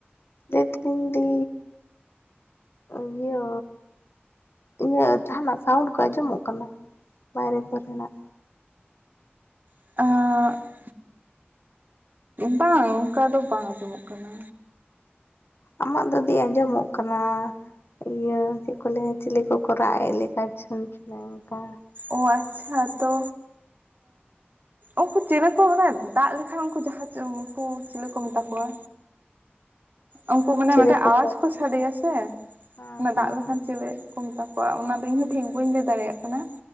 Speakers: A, on the left; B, on the right.
A: ᱞᱟᱹᱭ ᱛᱟᱦᱮᱧ ᱫᱤ ᱤᱭᱟᱹ ᱤᱧᱟᱹᱜ ᱡᱟᱦᱟᱸᱱᱟᱜ ᱥᱟᱣᱩᱱ ᱠᱚ ᱟᱸᱡᱚᱢᱚᱜ ᱠᱟᱱᱟ ᱵᱟᱭᱨᱮ ᱠᱚ ᱨᱮᱱᱟᱜ
B: <unintelligible> ᱵᱟᱝ ᱚᱱᱠᱟ ᱫᱚ ᱵᱟᱝ ᱟᱸᱡᱚᱢᱚᱜ ᱠᱟᱱᱟ
A: ᱟᱢᱟᱜ ᱫᱚ ᱫᱤ ᱟᱸᱡᱚᱢᱚᱜ ᱠᱟᱱᱟ ᱤᱭᱟᱹ ᱪᱮᱫ ᱠᱚ ᱞᱟᱹᱭᱼᱟ ᱪᱤᱞᱤ ᱠᱚ ᱠᱚ ᱨᱟᱜ ᱮᱫ ᱞᱮᱠᱟ ᱪᱷᱚᱝ ᱪᱷᱚᱝ ᱚᱱᱠᱟ
B: ᱚ ᱟᱪᱪᱷᱟ ᱛᱚ ᱩᱱᱠᱩ ᱪᱮᱞᱮ ᱠᱚ ᱢᱟᱱᱮ ᱫᱟᱜ ᱞᱮᱠᱷᱟᱱ ᱩᱱᱠᱩ ᱡᱟᱦᱟᱸ ᱩᱱᱠᱩ ᱪᱤᱞᱮ ᱠᱚ ᱢᱮᱛᱟ ᱠᱚᱣᱟ ᱩᱱᱠᱩ
A: ᱟᱨᱠᱤ
B: ᱢᱟᱱᱮ
A: ᱪᱤᱞᱤ
B: ᱢᱤᱫᱴᱟᱝ
A: ᱠᱚᱠᱚ
B: ᱟᱣᱟᱡ ᱠᱚ
A: ᱦᱮᱸ
B: ᱥᱟᱰᱮᱭᱟ ᱥᱮ
A: ᱦᱮᱸ
B: ᱚᱱᱟ
A: ᱦᱮᱸ
B: ᱫᱟᱜ ᱞᱮᱠᱷᱟᱱ ᱪᱮᱞᱮ ᱠᱚ ᱢᱮᱛᱟ ᱠᱚᱣᱟ ᱚᱱᱟ
A: ᱦᱮᱸ
B: ᱫᱚ ᱤᱧᱦᱚᱸ ᱴᱷᱤᱠ ᱵᱟᱹᱧ ᱞᱟᱹᱭ ᱫᱟᱲᱮᱭᱟᱜ ᱠᱟᱱᱟ